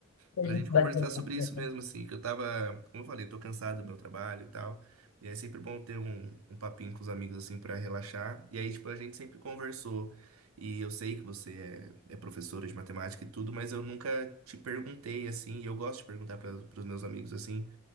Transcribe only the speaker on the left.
A
gente
bater o papo,
vai